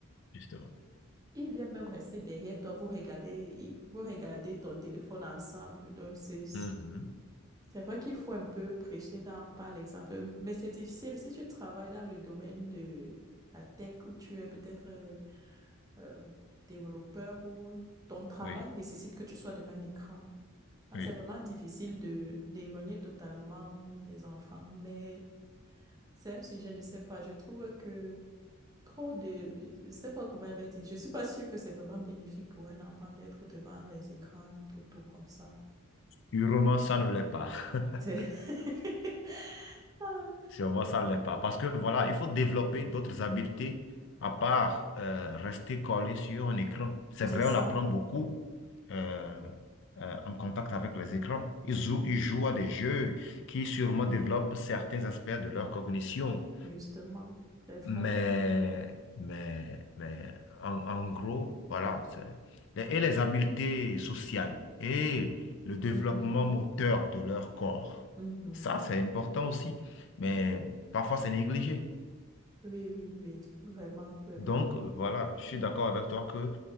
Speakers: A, on the left (about 60°); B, on the right (about 15°).
A: Justement.
B: il vient même rester derrière toi, vous regardez, il- vous regardez ton téléphone ensemble, donc c'est,
A: Mhm.
B: C'est vrai qu'il faut un peu prêcher dans, par l'exemple, euh, mais c'est difficile. Si tu travailles dans le domaine de la tech où tu es peut-être euh, euh, développeur ou ton travail
A: Oui,
B: nécessite que tu sois devant un écran, Ah,
A: oui.
B: c'est vraiment difficile de d'éloigner totalement des enfants. Mais c'est un sujet, je sais pas, je trouve que trop de, je sais pas comment elle va dire, je suis pas sûre que c'est vraiment bénéfique pour un enfant d'être devant les écrans tout, tout comme ça.
A: Sûrement, ça ne l'est pas. <laughs>
B: C'est <laughs> Ah,
A: Sûrement, ça ne l'est pas. Parce que voilà, il faut développer d'autres habiletés à part euh, rester collé sur un écran. C'est
B: c'est
A: vrai,
B: ça.
A: on apprend beaucoup euh, euh, en contact avec les écrans. Ils jouent, ils jouent à des jeux qui sûrement développent certains aspects de leur cognition.
B: justement, c'est vrai.
A: Mais, mais, mais en, en gros, voilà. c'est- les- Et les habiletés sociales et le développement
B: Mhm,
A: moteur de leur corps.
B: mhm,
A: Ça,
B: mhm.
A: c'est important aussi. Mais parfois, c'est négligé.
B: Oui, oui, oui, vraiment, vraiment.
A: Donc, voilà, je suis d'accord avec toi que